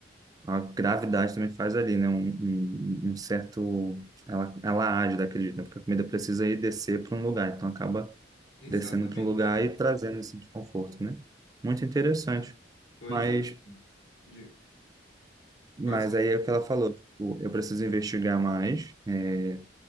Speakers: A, on the right; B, on the left.
A: a gravidade também faz ali, né? Um, um- um certo, ela, ela age daquele jeito, né? Porque a comida precisa ir descer para um lugar, então acaba
B: Exatamente.
A: descendo para um lugar e trazendo esse desconforto, né? Muito interessante.
B: coisa
A: Mas
B: De-
A: Mas
B: Pode ser.
A: aí é o que ela falou, tipo, eu preciso investigar mais, é,